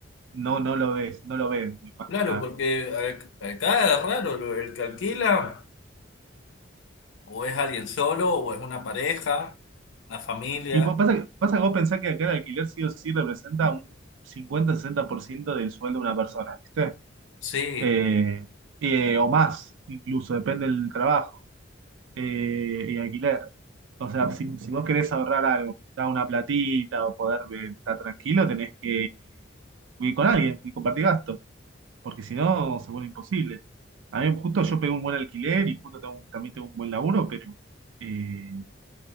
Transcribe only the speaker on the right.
No, no lo ves, no lo ves, más
que nada.
Y pa- pasa que, pasa que vos pensás que acá el alquiler sí o sí representa un cincuenta sesenta por ciento del sueldo de una persona, ¿viste?
Eh, eh, o más, incluso, depende del trabajo eh, y alquiler. O sea, si, si vos querés ahorrar algo, dar una platita o poder eh, estar tranquilo, tenés que vivir con alguien y compartir gastos, porque si no, se vuelve imposible. A mí justo yo pegué un buen alquiler y justo tengo un- también tengo un buen laburo, pero... eh,